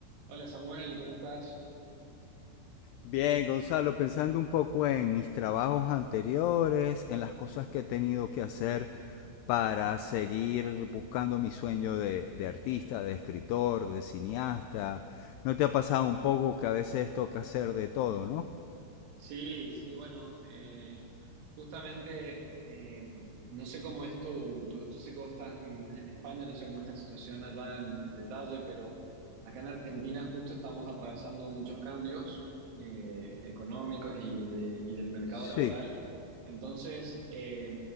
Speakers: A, on the right (about 75°); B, on the left (about 85°).
A: Hola Samuel, ¿cómo estás?
B: Bien, Gonzalo, pensando un poco en mis trabajos anteriores, en las cosas que he tenido que hacer para seguir buscando mi sueño de, de artista, de escritor, de cineasta. ¿No te ha pasado un poco que a veces toca hacer de todo, no?
A: Sí, sí, bueno, eh, justamente eh, no sé cómo es tu, tu- yo sé que vos estás en, en España, no sé cómo es la situación allá en, en detalle, pero acá en Argentina justo estamos atravesando muchos cambios eh, económicos y, de- y del mercado
B: Sí.
A: laboral. Entonces, eh,